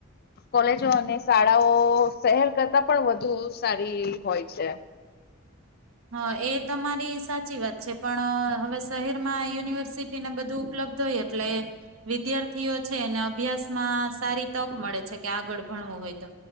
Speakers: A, on the left; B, on the right.
A: કોલેજો અને શાળાઓ શહેર કરતા પણ વધુ સારી હોય છે.
B: હા એ તમારી સાચી વાત છે પણ હવે શહેરમાં યુનિવર્સિટી ને બધું ઉપલબ્ધ હોય એટલે વિધ્યા છે અને અભ્યાસ માં સારી તક મળે છે. કે આગળ ભણવો હોય તો